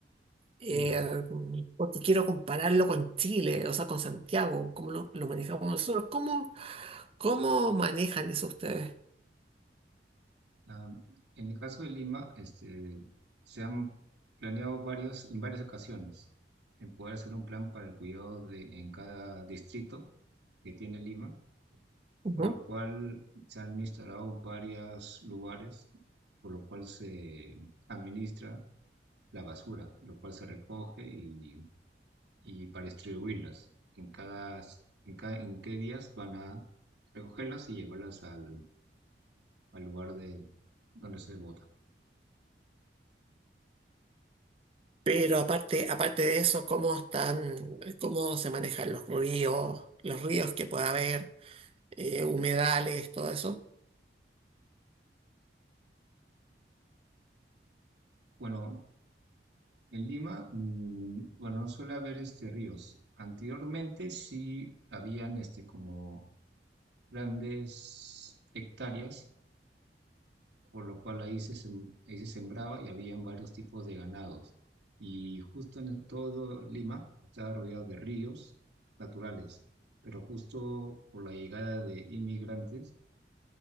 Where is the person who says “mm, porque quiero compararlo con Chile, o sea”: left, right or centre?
Right